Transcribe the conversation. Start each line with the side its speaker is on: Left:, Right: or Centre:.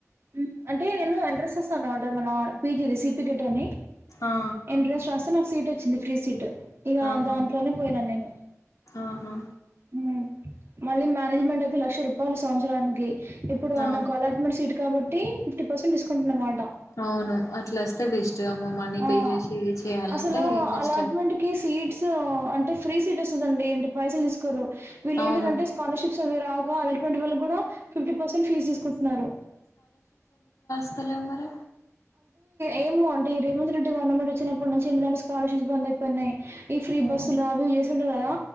Right: మ్మ్ అంటే నేను ఎంట్రన్స్ రాస అనమాట మన పీజీది సి పి జడ్ అని
Left: ఆ
Right: ఏంట్రాన్స్ రాస్తే నాక్ సీట్ వచ్చింది ఫ్రీ సీటు ఇక
Left: ఆహా
Right: దాంట్లోనే పోయినా నేను
Left: ఆహా
Right: ఉమ్ మళ్ళీ మేనేజ్మెంట్ అయితే లక్ష రూపాయలు సంవత్సరానికి ఇప్పుడు
Left: ఆ
Right: నాకు అల్లాట్మెంట్ సీటు కాబట్టి ఫిఫ్టీ పర్సెంట్ డిస్కౌంట్ అనమాట
Left: అవును అట్లా వస్తే బెస్ట్ అమ్మ మనీ
Right: ఉ
Left: పే చేసి చేయాలంటే
Right: అసలు
Left: కష్టం
Right: అల్లాట్మెంట్ కి సెట్స్ ఉ టె ఫ్రీ సీట్ వస్తుందండి ఎం <unintelligible> కొరు వీళ్ళ
Left: అవును
Right: ఏంటిదంటే స్కాలర్షిప్స్ అవి రా గా అలెట్మెంట్ వాళ్ళగ్గూడా ఫిఫ్టీ పర్సెంట్ ఫీజు తీసుకుంటున్నారు
Left: త్తలేవు మరి
Right: ఏమొ అంటే రేవంత్ రెడ్డి గవర్నమెంట్ వచ్చినప్పనుంచి ఏంటి దంటే స్కాలర్షిప్ బంద్ అయి పొన్నాయ్ ఈ ఫ్రీ
Left: ఓహో!
Right: బస్సులు అవి చేసిండు కదా